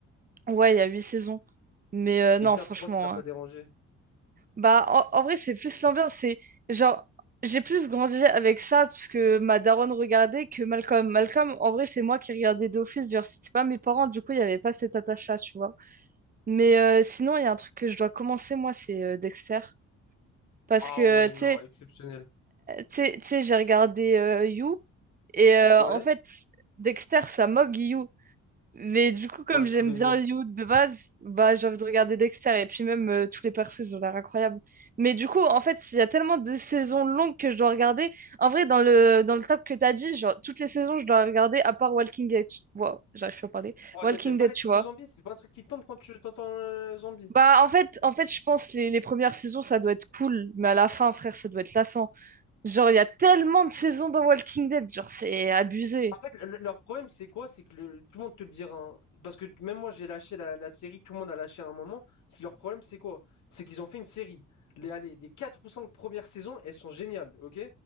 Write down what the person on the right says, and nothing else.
Ouais, il y a huit saisons. Mais euh, non,
franchement.
hein.
Bah, en, en vrai, c'est plus l'ambiance. C'est genre, j'ai plus grandi avec ça, parce que ma daronne regardait que Malcolm. Malcolm, en vrai, c'est moi qui regardais d'office. Genre, c'était pas mes parents, du coup, il n'y avait pas cette attache-là, tu vois. Mais euh, sinon, il y a un truc que je dois commencer, moi, c'est euh, Dexter. Parce
que,
tu
sais,
Tu sais, tu sais, j'ai regardé euh, You et euh,
en fait, Dexter, ça moque You. Mais du coup, comme
j'aime
bien
You de base, bah j'ai envie de regarder Dexter et puis même euh, tous les persos, ils ont l'air incroyables. Mais du coup, en fait, il y a tellement de saisons longues que je dois regarder. En vrai, dans le, dans le top que t'as dit, genre toutes les saisons, je dois regarder à part Walking Dead. Wow, j'arrive plus à parler.
Walking
Dead,
tu
vois.
Bah en fait, en fait, je pense les, les premières saisons, ça doit être cool, mais à la fin, frère, ça doit être lassant. Genre, il y a tellement de saisons dans Walking Dead, genre, c'est abusé.